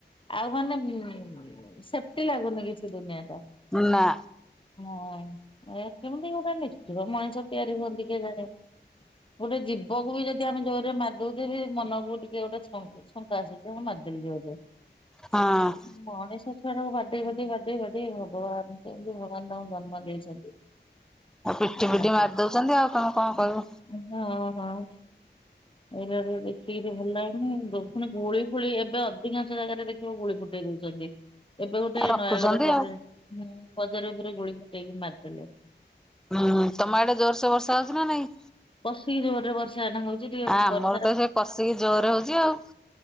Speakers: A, on the left; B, in the centre.
A: ଆଉ ମାନେ ଉଁ ସେଫ୍ଟି ଲାଗୁନି କିଛି ଦୁନିଆଟା।
B: ନା।
A: ହଁ ଏ କେମିତି ଗୋଟେ ନିଷ୍ଠୁର ମଣିଷ ତିଆରି ହୁଅନ୍ତି କିଏଜାଣି। ଗୋଟେ ଜୀବକୁ ବି ଯଦି ଯଦି ଆମ ଜୋରରେ ମାରି ଦଉଛେ ବି ମନକୁ ଟିକେ ଗୋଟେ ଛ ଶଙ୍କା ଆସୁଛି <unintelligible> ହଁ ମାରି ଦେଲି ଜୋରରେ।
B: ହଁ
A: ଉ ମଣିଷ ଛୁଆଟାକୁ ବାଡେଇ ବାଡେଇ ବାଡେଇ ଭଗବାନ କେମତି ଭଗବାନ ତାଙ୍କୁ ଜନ୍ମ ଦେଇଛନ୍ତି।
B: ପିଟି ପିଟି
A: ମାରିଦିଅ
B: ମାରି ଦଉଛନ୍ତି ଆଉ ତମେ କଣ
A: <unintelligible>
B: କହିବ
A: ହଁ ହଁ। ଏଇରାରେ ଦେଖିକିରି ଭଲ ଲାଗୁନି ଗୁଳି ଫୁଳି ଏବେ ଅଧିକାଂଶ ଜାଗାରେ ଦେଖିବ ଗୁଳି ଫୁଟେଇ ଦଉଛି। <unintelligible> ଏବେ ଗୋଟେ
B: ଆଉ ରଖୁଛନ୍ତି
A: ନୟାଗଡ କରରେ
B: ଆଉ
A: ଉଁ ବଜାର ଉପରେ ଗୁଳି ଫଟେଇକି ମାରିଦେଲେ।
B: ହୁଁ ତମ ଏଡେ ଜୋରସେ ବର୍ଷା ହଉଛି ନା ନାଇଁ?
A: ପଶି ରୋଡରେ ବସି ଫ୍ୟାନ ହଉଛି ଟିକେ
B: ଆମର
A: ବର୍ଷାର
B: ତ ସେ କଷିକି ଜୋର ହଉଛି ଆଉ